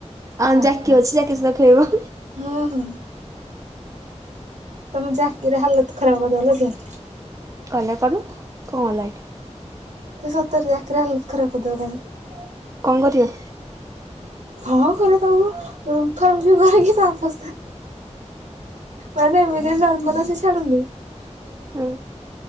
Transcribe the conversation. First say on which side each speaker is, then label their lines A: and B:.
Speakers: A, on the right; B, on the right.
A: ଆମ
B: ପାଗଳ
A: ଯାକି ଅଛି ଯାକି ସହିତ ଖେଳିବ।
B: ହୁଁ ହୁଁ। ତମ ଯାକିର ହାଲତ ଖରାପ କରିଦବ ଲୋ ଝିଅ।
A: କଲେ କରୁ କଁ ହେଲା ହେଇଠୁ।
B: ତୁ ସତର ଯାକିର ହାଲତ ଖରାପ କରିଦୋବୁ ତାହାଲେ।
A: କଁ କରିବା?
B: ହଁ ଘରେ ତାକୁ ଗୁମ୍ଫା ରୁମ୍ଫି କରିକି ତା ଅବସ୍ତା ମାନେ ଏମିତି ନର୍ମାଲ ରେ ସେ ଛାଡ଼ୁନି।
A: ଉଁ।